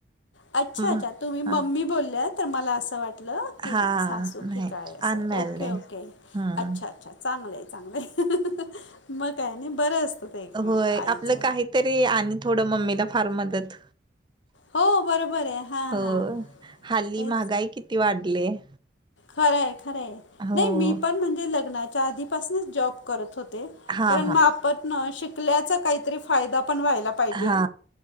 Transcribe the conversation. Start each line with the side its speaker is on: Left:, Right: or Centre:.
Left: अच्छा
Right: म
Left: अच्छा तुम्ही मम्मी
Right: हा
Left: बोलल्यात तर मला अस वाटत
Right: हा
Left: की सासू
Right: नाही
Left: की काय? अस
Right: अनमॅरिड
Left: ओके
Right: आहे.
Left: ओके
Right: हम्म
Left: अच्छा अच्छा चांगलये चांगलये, मग काय? नाही बर असत ते एक
Right: होय
Left: आईच
Right: आपलं काहीतरी आणि थोड मम्मीला फार मदत
Left: हो, बरोबर आहे. हां,
Right: हो
Left: हां.
Right: हल्ली
Left: ते
Right: महागाई किती वाढलिये
Left: खरये खरये,
Right: हो.
Left: नाही मी पण म्हणजे लग्नाच्या आधीपासनच जॉब करत होते
Right: हा
Left: कारण
Right: हा
Left: मग आपणन शिकल्याचा काहीतरी फायदा पण व्हायला पाहिजे
Right: हा